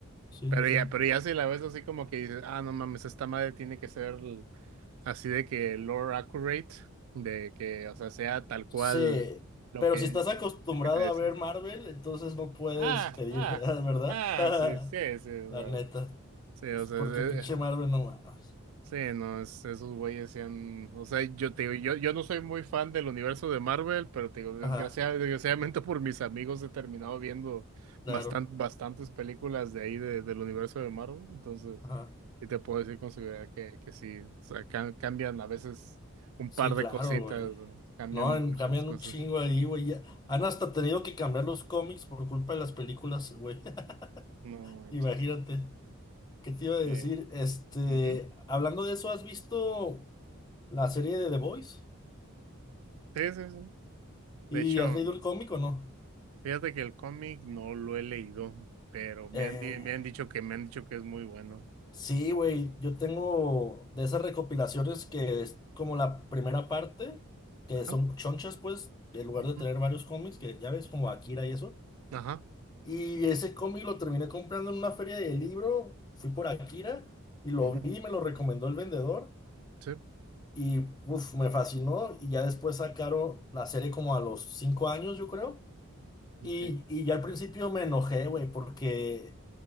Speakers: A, on the left (about 20°); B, on the right (about 75°).
A: Sí,
B: Pero
A: sí, sí.
B: ya, pero ya si la ves así como que dices, ah, no mames, esta madre tiene que ser l- así de que lore accurate, de que, o sea, sea tal cual
A: Sí.
B: lo
A: Pero
B: que
A: si estás
B: él,
A: acostumbrado
B: lo que te dice.
A: a ver Marvel, entonces no puedes
B: Ah,
A: pedir,
B: ah,
A: <laughs> ¿verdad?
B: ah,
A: <laughs>
B: sí, sí, sí, o
A: La
B: sea,
A: neta.
B: sí, o
A: Es
B: sea,
A: porque pinche
B: sí,
A: Marvel no más.
B: Sí, no, es- esos güeyes se han, o sea, yo te digo, yo, yo no soy muy fan del universo de Marvel, pero te digo, desgracia-
A: Ajá,
B: desgraciadamente por mis amigos he terminado viendo
A: claro.
B: bastan- bastantes películas de ahí de- del universo de Marvel, entonces,
A: Ajá.
B: y te puedo decir con seguridad que, que sí, o sea, ca- cambian a veces un
A: Sí,
B: par
A: claro,
B: de cositas,
A: güey.
B: ¿no? cambian
A: No,
B: muchas
A: en- cambian
B: cosas.
A: un chingo ahí, güey. ya- Han hasta tenido que cambiar los cómics por culpa de las películas, güey. <laughs>
B: No manches.
A: Imagínate. ¿Qué te iba a decir?
B: Eh,
A: Este,
B: ujú.
A: hablando de eso, ¿has visto la serie de The Voice?
B: Sí, sí, sí. De
A: ¿Y
B: hecho.
A: has leído el cómic o no?
B: Fíjate que el cómic no lo he leído, pero me
A: Eh,
B: han, di- me han dicho que me han dicho que es muy bueno.
A: sí, güey. Yo tengo de esas recopilaciones que es como la primera parte, que
B: Ajá,
A: son chonchas, pues, en lugar
B: ujú,
A: de tener varios cómics, que ya ves, como Akira y eso.
B: ajá,
A: Y ese cómic lo terminé comprando en una feria de libro, fui por Akira y lo
B: ujú,
A: vi, me lo recomendó el vendedor
B: sí,
A: y uf, me fascinó y ya después sacaron la serie como a los cinco años, yo creo. Y,
B: okay,
A: y ya al principio me enojé, güey, porque